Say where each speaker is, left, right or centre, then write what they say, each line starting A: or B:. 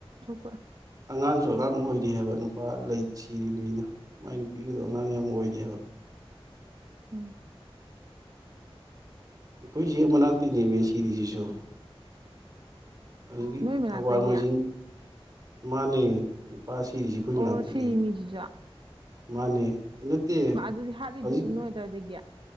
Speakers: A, on the right; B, on the right.
A: ꯀ <unintelligible>
B: ꯑꯉꯥꯡꯁꯨ ꯑꯉꯥꯡ ꯑꯣꯏꯔꯤ ꯍꯥꯏꯕ ꯅꯨꯄꯥ ꯂꯩ ꯁꯤꯔꯤꯕ ꯃꯤꯗꯣ ꯃꯥꯏ ꯅꯨꯄꯤꯒꯤꯗꯣ ꯑꯉꯥꯡ ꯌꯥꯝ ꯑꯣꯏꯔꯤ ꯍꯥꯏꯕ
A: ꯎꯝ
B: ꯑꯩꯈꯣꯏꯁꯤ ꯍꯦꯛ ꯃꯅꯥꯛꯇꯅꯦꯃꯦ ꯁꯤꯔꯤꯁꯤꯁꯨ ꯑꯗꯨꯗꯒꯤ
A: ꯅꯣꯏ ꯃꯅꯥꯛꯇꯒꯤ
B: ꯊꯧꯕꯥꯜ ꯃꯣꯏꯖꯤꯡ ꯃꯥꯅꯤ ꯅꯨꯨꯄꯥ ꯁꯤꯔꯤꯁꯤ ꯑꯩꯈꯣꯏ
A: ꯑꯣ
B: ꯃꯅꯥꯛꯇꯩꯅꯦ
A: ꯁꯤꯒꯤ ꯃꯤꯁꯤꯁꯨ
B: ꯃꯥꯅꯦ ꯅꯠꯇꯦ
A: ꯑꯗꯨꯗꯤ ꯍꯥꯠꯂꯤꯗꯨꯁꯨ
B: ꯍꯧꯖꯤꯛ
A: ꯅꯣꯏ ꯑꯗꯨꯋꯥꯏꯗꯒꯤ